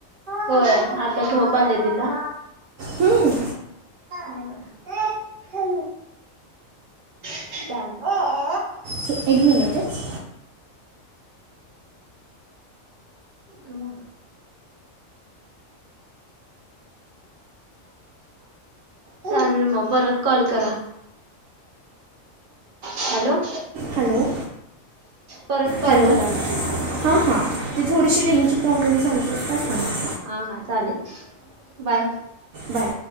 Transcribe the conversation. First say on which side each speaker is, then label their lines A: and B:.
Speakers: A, on the right (about 45°); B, on the right (about 80°).
A: होय आता झधोप आली तिला.
B: हम्म.
A: होय अ.
B: स एक मिनिटच.
A: मग चालेल मग परत कॉल करा. हॅलो.
B: हॅलो.
A: परत. कॉल
B: हॅलो
A: करा मग
B: हां हां ती थोडीशी रेंगची प्रॉब्लेम झाली हो का खले.
A: हा हा चालेल बाय.
B: बाय